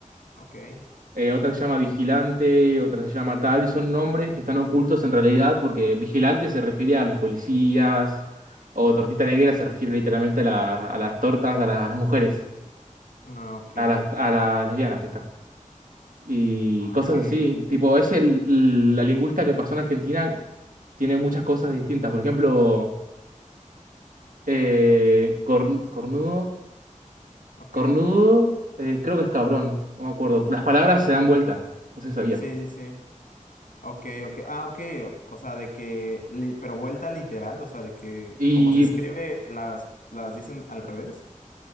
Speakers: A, on the left (about 80°); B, on the right (about 80°).
A: ok.
B: eh, otra se llama vigilante, otra se llama tal y son nombres que están ocultos en realidad porque vigilante se refiere a los policías o tortita negra se refiere literalmente a, la- a las tortas, a, la- a las mujeres,
A: Ah, ok,
B: a las,
A: ok.
B: a las lesbianas, ahí está. y
A: Ah,
B: cosas
A: ok.
B: así. Tipo, es el, la lingüista que pasó en Argentina, tiene muchas cosas distintas. Por ejemplo, eh,
A: Ujú,
B: cor- cornudo,
A: Ok,
B: cornudo, eh, creo que es cabrón, no me acuerdo. Las palabras
A: ok.
B: se dan vuelta, no sé si sabías.
A: Sí, sí, sí. Ok, ok. Ah, ok. O, o sea, de que, li- pero vuelta literal, o sea, de que
B: Y,
A: como se escribe, las, las dicen al revés.